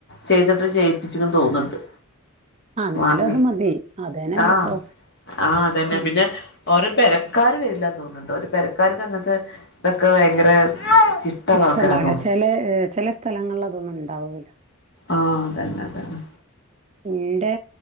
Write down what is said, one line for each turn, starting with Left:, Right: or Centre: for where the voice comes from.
Left: ചെയ്തിട്ട് ചെയ്യിപ്പിച്ച്ന്ന് തോന്നുന്നുണ്ട്
Right: ആഹ് എന്നാലും
Left: വാങ്ങി
Right: അത് മതി അതന്നെല്ലേ
Left: ആഹ്
Right: ഇപ്പൊ
Left: ആഹ് തന്നെ
Right: ഉം
Left: പിന്നെ ഓരോ പെരക്കാര് വരില്ലന്ന് തോന്നുന്നുണ്ട് ഒരു പരക്കാർക്ക് അങ്ങനത്തെ ഇതൊക്കെ ഭയങ്കര ചിട്ടള്ള
Right: ഇഷ്ടണ്ടാവില്ല
Left: ആൾക്കാരാന്ന് തോന്നുന്നു
Right: ചില ചില സ്ഥലങ്ങളിൽ അതൊന്നും ഉണ്ടാവില്ല
Left: ആഹ് അതന്നെതന്നെ
Right: പിന്റെ